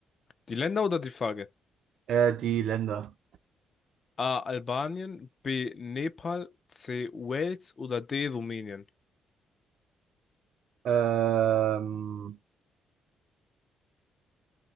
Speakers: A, on the left; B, on the right.
A: Die Länder oder die Frage?
B: Äh, die Länder.
A: A. Albanien, B. Nepal, C. Wales oder D. Rumänien?
B: Ähm,